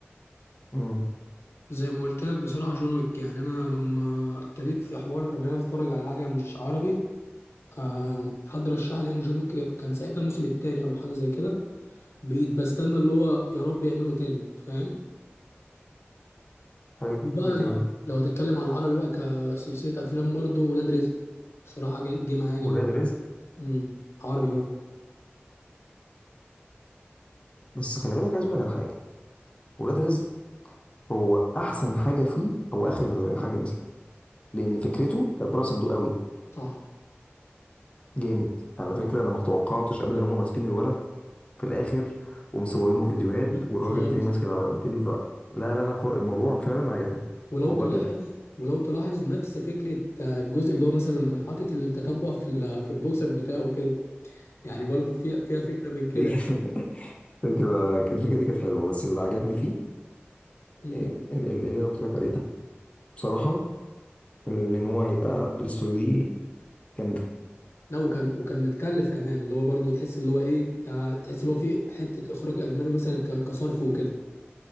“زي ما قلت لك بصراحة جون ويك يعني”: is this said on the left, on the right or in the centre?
Left